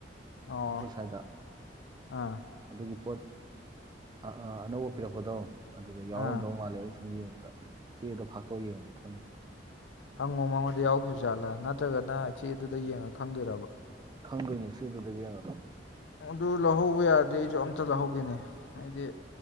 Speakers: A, on the left; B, on the right.
A: ꯑꯣ
B: ꯑꯩꯈꯣꯏ ꯁ꯭ꯋꯥꯏꯗ
A: ꯑꯥ
B: ꯑꯗꯨꯒꯤ ꯄꯣꯠ ꯑ ꯑꯥ ꯑꯅꯧꯕ ꯍꯥꯄꯤꯔꯛꯄꯗꯧ ꯑꯗꯨꯗ ꯌꯥꯎꯔꯝꯗꯧ
A: ꯑꯥ
B: ꯃꯥꯜꯂꯦ ꯑꯩꯅ ꯁꯨꯝ ꯌꯦꯡꯕꯗ ꯆꯦꯗꯣ ꯐꯥꯛꯇꯣꯛ ꯌꯦꯡꯉꯗꯤ ꯈꯪꯅꯤ
A: ꯍꯪꯉꯨ ꯃꯉꯣꯟꯗ ꯌꯥꯎꯈꯤꯕ ꯖꯥꯠꯂꯥ ꯅꯠꯇ꯭ꯔꯒꯅ ꯆꯦ ꯑꯗꯨꯗ ꯌꯦꯡꯉ ꯈꯪꯗꯣꯏꯔꯕ
B: ꯈꯪꯗꯣꯏꯅꯤ ꯁꯤ ꯑꯗꯨꯗ ꯌꯥꯔ
A: ꯑꯗꯨ ꯂꯧꯍꯧꯕ ꯌꯥꯗꯦ ꯑꯩꯁꯨ ꯑꯝꯇ ꯂꯧꯍꯧꯒꯦꯅꯤ ꯑꯩꯗꯤ